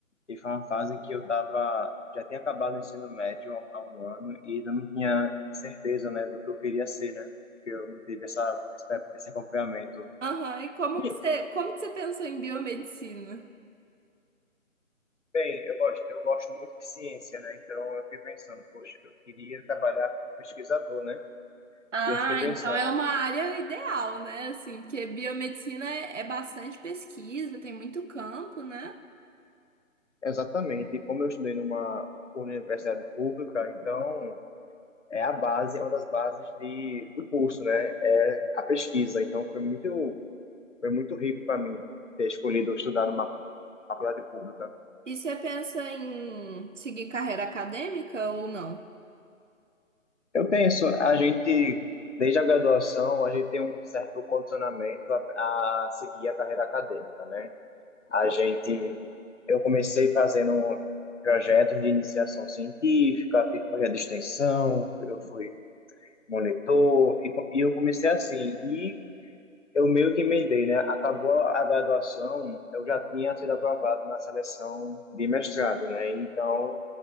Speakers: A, on the left; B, on the right.
A: e foi uma fase que eu tava, já tinha acabado o ensino médio há um ano e eu não tinha certeza, né, do que eu queria ser, né? Porque eu não tive essa, esse esse acompanhamento.
B: Aham, e como
A: E,
B: que você, como que você pensou em biomedicina?
A: bem, eu gosto, eu gosto muito de ciência, né? Então eu fiquei pensando, poxa, eu queria trabalhar como pesquisador, né?
B: Ah,
A: E eu fiquei pensando,
B: então é uma área ideal, né? Assim, porque biomedicina é, é bastante pesquisa, tem muito campo, né?
A: Exatamente. E como eu estudei numa universidade pública, então é a base, é uma das bases de, do curso, né? É a pesquisa. Então foi muito, foi muito rico para mim ter escolhido estudar numa faculdade pública.
B: E você pensa em seguir carreira acadêmica ou não?
A: Eu penso, a gente, desde a graduação, a gente tem um certo condicionamento a, a seguir a carreira acadêmica, né? A gente, eu comecei fazendo projetos de iniciação científica, fiz projeto de extensão, eu fui monitor, e, co- e eu comecei assim, e eu meio que emendei, né? Acabou a graduação, eu já tinha sido aprovado na seleção de mestrado, né? Então,